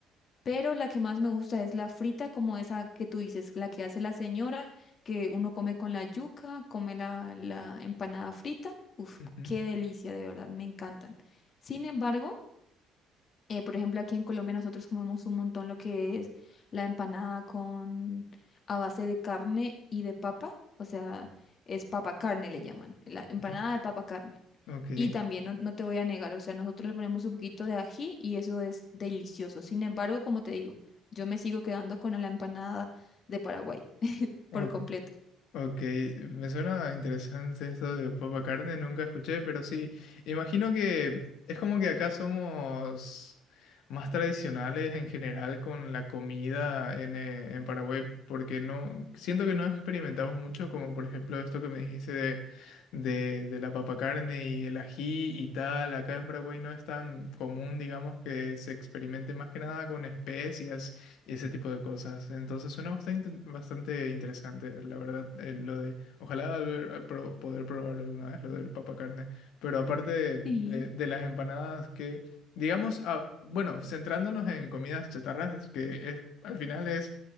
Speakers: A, on the left; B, on the left.
A: pero la que más me gusta es la frita, como esa que tú dices, la que hace la señora, que uno come con la yuca, come la, la empanada frita. Uf,
B: Ujú,
A: qué delicia, de verdad, me encantan. Sin embargo, eh, por ejemplo, aquí en Colombia nosotros comemos un montón lo que es la empanada con a base de carne y de papa, o sea, es papa carne le llaman, la empanada
B: ujú.
A: de papa carne.
B: Ok,
A: Y también no, no te voy a negar, o sea, nosotros le ponemos un poquito de ají y eso es delicioso. Sin embargo, como te digo, yo me sigo quedando con la empanada de Paraguay
B: ok.
A: por completo.
B: Ok, me suena interesante esto de papa carne, nunca escuché, pero sí, imagino que es como que acá somos más tradicionales en general con la comida en, eh, en Paraguay, porque no, siento que no experimentamos mucho, como por ejemplo esto que me dijiste de, de, de la papa carne y el ají y tal, acá en Paraguay no es tan común, digamos, que se experimente más que nada con especias y ese tipo de cosas. Entonces suena bastante, bastante interesante, la verdad, eh, lo de, ojalá haber- eh, pro- poder probarlo alguna vez, lo del papacarne. Pero aparte de, de-
A: Sí.
B: de las empanadas que, digamos, ah, bueno, centrándonos en comidas chatarras, que es, al final es